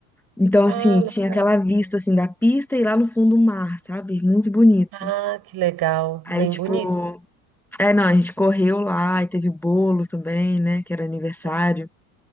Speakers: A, in the centre; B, on the right (about 50°).
A: Então,
B: Ah,
A: assim,
B: legal.
A: tinha aquela vista assim da pista e lá no fundo o mar, sabe? Muito bonito.
B: Ah, que legal.
A: Aí,
B: Bem
A: tipo,
B: bonito.
A: é, não, a gente correu lá e teve bolo também, né? Que era aniversário.
B: ah